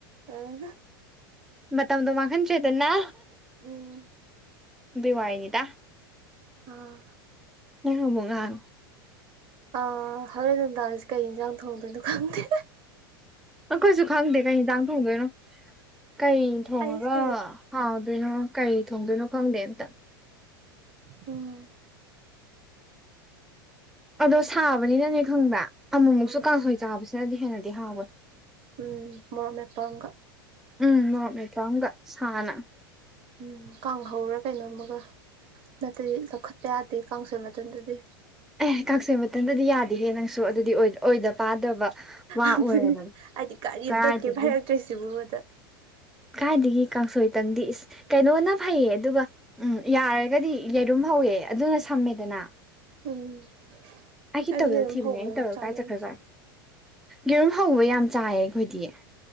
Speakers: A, on the right; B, in the centre.
A: ꯑꯥ
B: ꯃꯇꯝꯗꯣ ꯃꯍꯟ ꯗ꯭ꯔꯦꯗꯅ
A: ꯎꯝ
B: ꯗꯨꯢ ꯋꯥꯥꯏꯅꯤꯗ
A: ꯑꯥ
B: ꯅꯩꯍꯧꯕ ꯉꯥꯡ
A: ꯑꯥ ꯍꯣꯔꯦꯟ ꯅꯨꯡꯗꯥꯡꯜꯁꯦ ꯀꯩ ꯏꯟꯖꯥꯡ ꯊꯣꯡꯗꯣꯏꯅꯣ ꯈꯪꯗꯦ
B: ꯑꯩꯈꯣꯏꯁꯨ ꯈꯪꯗꯦ ꯀꯩ ꯍꯤꯗꯥꯡ ꯊꯣꯡꯗꯣꯏꯅꯣ ꯀꯩ ꯊꯣꯡꯉꯒ
A: ꯑꯩꯁꯦ
B: ꯍꯥꯎꯗꯣꯏꯅꯣ ꯀꯩ ꯊꯣꯡꯗꯣꯏꯅꯣ ꯈꯪꯗꯦ ꯑꯝꯇ
A: ꯎꯝ
B: ꯑꯗꯣ ꯁꯥꯕꯅꯤꯅꯅꯦ ꯈꯪꯕ ꯑꯃꯨꯛꯃꯨꯛꯁꯨ
A: ꯎꯝ
B: ꯀꯥꯡꯁꯣꯏ ꯆꯥꯕꯁꯤꯅꯗꯤ ꯍꯦꯟꯅꯗꯤ ꯍꯥꯎꯕꯣꯏ
A: ꯎꯝ ꯃꯣꯔꯣꯛ ꯃꯦꯠꯄ ꯑꯃꯒ
B: ꯎꯝ ꯃꯣꯔꯣꯛ ꯃꯦꯠꯄꯥ ꯑꯝꯒ ꯁꯅ
A: ꯎꯝ ꯀꯥꯡ ꯍꯧꯔ ꯀꯩꯅꯣꯝꯃꯒ ꯅꯠꯇꯗꯤ ꯂꯧꯈꯠꯄ ꯌꯥꯗꯦ ꯀꯥꯡ ꯁꯣꯏ ꯃꯇꯝꯗꯗꯤ
B: ꯑꯦ ꯀꯥꯡꯁꫭꯏ ꯃꯊꯟꯗꯗꯤ ꯌꯥꯗꯤꯍꯦ ꯅꯪꯁꯨ ꯑꯗꯨꯗꯤ ꯑꯣꯏꯗ ꯑꯣꯏꯗ ꯄꯥꯗꯕ ꯋꯥ
A: ꯑꯗꯨꯅꯤ
B: ꯑꯣꯏꯔꯕꯅꯤ
A: ꯑꯩꯗꯤ ꯀꯔꯤ
B: ꯀꯗꯥꯏꯗꯒꯤ
A: ꯑꯝꯃꯥ ꯀꯩꯏꯝ ꯍꯥꯏꯔꯛꯇ꯭ꯔꯦ ꯁꯤꯕꯣꯗ
B: ꯀꯥꯏꯗꯒꯤ ꯀꯥꯡꯁꯣꯏꯇꯪꯗꯤ ꯏꯁ ꯀꯩꯅꯣꯅ ꯐꯩꯌꯦ ꯑꯗꯨꯒ ꯎꯝ ꯌꯥꯔꯒꯗꯤ ꯌꯦꯔꯨꯝ ꯍꯧꯑꯦ ꯑꯗꯨꯅ ꯁꯝꯃꯦꯗꯅ
A: ꯎꯝ
B: ꯑꯩꯒꯤ
A: ꯑꯩꯗꯤ
B: ꯇꯋꯦꯜ
A: ꯌꯦꯔꯨꯝ
B: ꯊꯤꯕꯅꯦ
A: ꯍꯧꯕꯗꯤ
B: ꯑꯩ ꯇꯋꯦꯜ
A: ꯆꯥꯅꯤꯡꯗꯦ
B: ꯀꯥꯏ ꯆꯠꯈ꯭ꯔ ꯖꯥꯠ ꯌꯦꯔꯨꯝ ꯍꯧꯕ ꯌꯥꯝ ꯆꯥꯏꯌꯦ ꯑꯩꯈꯣꯏꯗꯤ